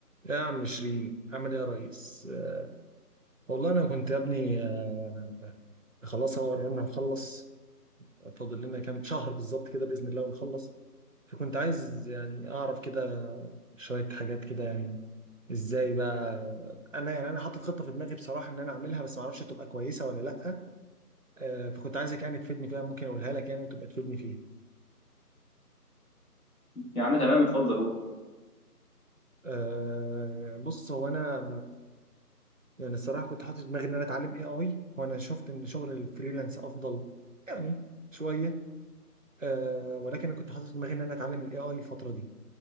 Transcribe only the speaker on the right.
يا عم شيرين عامل ايه يا ريس آه، والله انا كنت يا ابني آه، خلاص هو قررنا نخلص فاضل لنا كام شهر بالظبط كده باذن الله ونخلص فكنت عايز يعني اعرف كده شويه حاجات كده يعني ازاي بقى انا يعني انا حاطط خطه في دماغي بصراحه ان انا اعملها بس ما اعرفش هتبقى كويسه ولا لا آه، فكنت عايزك يعني تفيدني فيها ممكن اقولها لك يعني وتبقى تفيدني فيها
آه، بص هو انا يعني الصراحه كنت حاطط في دماغي ان انا اتعلم اي اي وانا شفت ان شغل الفريلانس افضل يعني شويه آه ولكن انا كنت حاطط في دماغي ان انا اتعلم الاي اي الفتره دي